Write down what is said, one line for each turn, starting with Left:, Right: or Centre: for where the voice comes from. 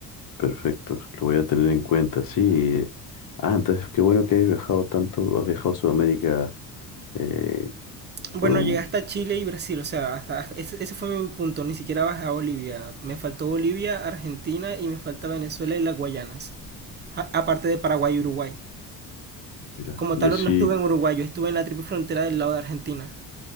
Left: Perfecto, lo voy a tener en cuenta, sí. Ah, entonces qué bueno que hayas viajado tanto, has viajado a Sudamérica eh,
Right: Bueno,
Left: por un...
Right: llegué hasta Chile y Brasil, o sea, hasta, hasta- ese, ese fue mi punto, ni siquiera bajé a Bolivia. Me faltó Bolivia, Argentina y me falta Venezuela y las Guayanas. A- aparte de Paraguay y Uruguay.
Left: Mira,
Right: Como
Left: yo
Right: tal,
Left: sí...
Right: no estuve en Uruguay, yo estuve en la triple frontera del lado de Argentina.